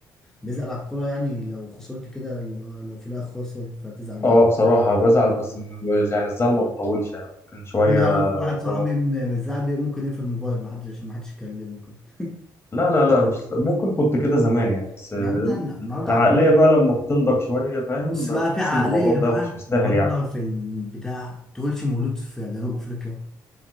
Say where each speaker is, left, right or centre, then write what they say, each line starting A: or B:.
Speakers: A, in the centre; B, on the left (about 25°).
A: بيزعل على الكوره يعني لو خسرت كده اللي هو لو في الاخر خسر فتزعل يومين
B: اه بصراحه بزعل بس م- يعني الزعل ما بيطولش يعني ممكن شويه
A: انا اعرف واحد
B: اللي
A: صاحبي
B: هو
A: من من الزعل بي- ممكن يقفل الموبايل ما حدش عشان ما حدش يكلمه كده <laughs>
B: لا لا لا مش ممكن كنت كده زمان يعني بس
A: يعني ده الن- النهارده
B: العقليه
A: قاعدين
B: بقى لما بتنضج شويه فاهم
A: بص بقى
B: بتحس
A: في عقليه
B: ان الموضوع ده
A: بقى
B: مش مستاهل
A: النهارده
B: يعني
A: في البتاع تقولش مولود في جنوب افريقيا